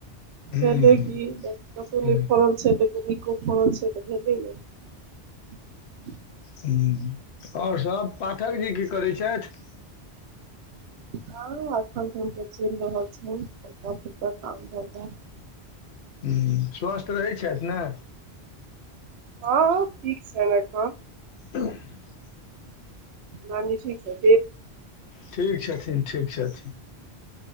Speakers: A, on the left; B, on the right.
A: हुँ
B: कि
A: हुँ
B: तत्ते
A: हुँ
B: लेट फरल छै तत्ते निको होइ छै तऽ भेलै न
A: ह्म आओर सभ पाठक जी की करय छथि
B: हँ एखन धरि तऽ चलि रहल छै हल्का-फुल्का काम धंधा
A: ह्म्म स्वस्थ रहै छथि ने
B: हँ ठीक छैन्ह एखन
A: उँह
B: नानी ठीक अइ
A: ठीक छथिन ठीक छथिन